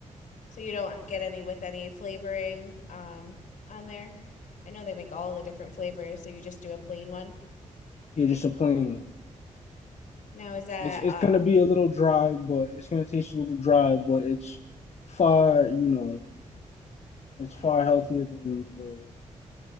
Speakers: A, on the left; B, on the left.
A: so you don't get any with any flavoring um on there. I know they make all the different flavors, so you just do a plain one.
B: Yeah, just a plain. One.
A: Now is that
B: It's it's
A: uh
B: gonna be a little dry, but it's gonna taste a little dry, but it's far you know it's far healthier than the